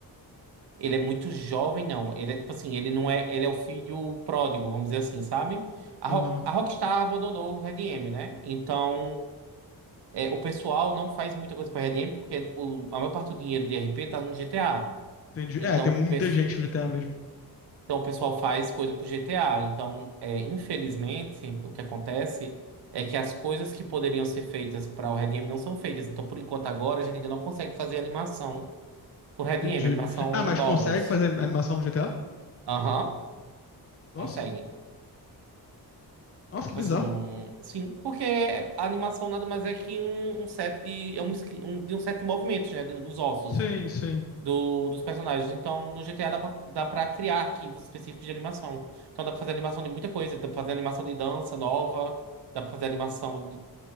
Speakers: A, on the right; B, on the left.
A: ele é muito jovem, não. Ele é tipo assim, ele não é, ele é o filho pródigo, vamos dizer assim, sabe? A,
B: Aham,
A: Ro- a Rockstar abandonou o Red M né? Então, é, o pessoal não faz muita coisa para Red M porque o, a maior parte do dinheiro de RP tá no GTA.
B: entendi.
A: Então,
B: É, tem muita
A: pes-
B: gente no GTA mesmo.
A: então o pessoal faz coisa pro GTA. Então, é, infelizmente, o que acontece é que as coisas que poderiam ser feitas para o Red Em não são feitas. Então, por enquanto, agora a gente ainda não consegue fazer animação pro Red
B: Entendi.
A: Em, animação
B: Ah, mas
A: novas.
B: consegue fazer animação no GTA?
A: Aham,
B: Nossa,
A: consegue.
B: nossa,
A: Tipo
B: que bizarro.
A: assim, sim, porque a animação nada mais é que um, um set de, é um, esqui- um- de um set de movimentos, né? de- Dos ossos.
B: Sim, sim.
A: do- dos personagens. Então, no GTA dá pra, dá pra criar arquivos específicos de animação. Então, dá pra fazer animação de muita coisa. Dá pra fazer animação de dança nova, dá pra fazer animação de